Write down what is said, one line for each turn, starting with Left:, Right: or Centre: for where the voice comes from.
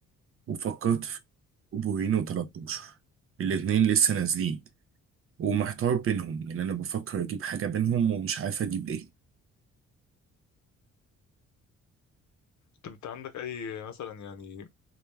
Right: وفكرت في بورينو 13 الاتنين لسه نازلين ومحتار بينهم يعني انا بفكر اجيب حاجة بينهم ومش عارف اجيب ايه
Left: طب انت عندك اي مثلا يعني